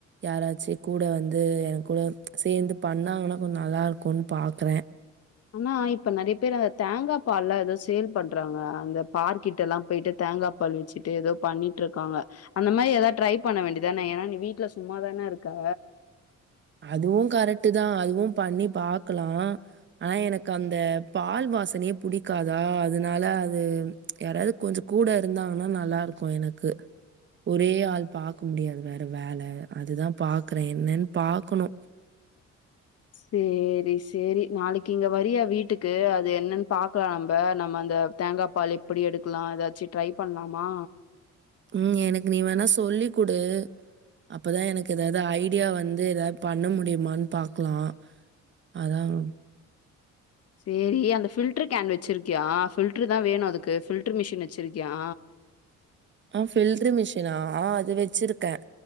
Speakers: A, on the right; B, on the left.
A: யாராச்சும் கூட வந்து என் கூட சேர்ந்து பண்ணாங்கன்னா கொஞ்சம் நல்லா இருக்கும்ன்னு பாக்குறேன்
B: ஆனா இப்ப நிறைய பேர் அந்த தேங்காய் பால் எல்லாம் ஏதோ சேல் பண்றாங்க அந்த பார்க்கெட்ட எல்லாம் போயிட்டு தேங்காய் பால் வச்சுட்டு ஏதோ பண்ணிட்டு இருக்காங்க அந்த மாதிரி ஏதாவது ட்ரை பண்ண வேண்டியதான ஏன்னா நீ வீட்டுல சும்மாதானே இருக்க
A: அதுவும் கரெக்ட் தான் அதுவும் பண்ணி பாக்கலாம் ஆனா எனக்கு அந்த பால் வாசனையே பிடிக்காதா அதனால அது யாராவது கொஞ்சம் கூட இருந்தாங்கன்னா நல்லா இருக்கும் எனக்கு ஒரே ஆள் பாக்க முடியாது வேற வேல அதுதான் பாக்குறேன் என்னன்னு பாக்கணோ
B: சேரி சேரி நாளைக்கு இங்க வரியா வீட்டுக்கு அது என்னன்னு பா க்கலாம் நம்ம நம்ம அந்த தேங்காய் பால் எப்படி எடுக்கலாம் ஏதாச்சும் ட்ரை பண்ணலாமா
A: உம் எனக்கு நீ வேணா சொல்லி கொடு அப்பதான் எனக்கு ஏதாவது ஐடியா வந்து ஏதாவது பண்ண முடியுமான்னு பாக்கலாம் அதான்
B: சேரி அந்த பில்டர் கேன் வச்சிருக்கியா பில்டரு தான் வேணும் அதுக்கு பில்டர் மிஷின் வச்சிருக்கியா
A: ஆஹ் பில்டரு மிஷினா ஆஹ் அது வச்சிருக்கேன்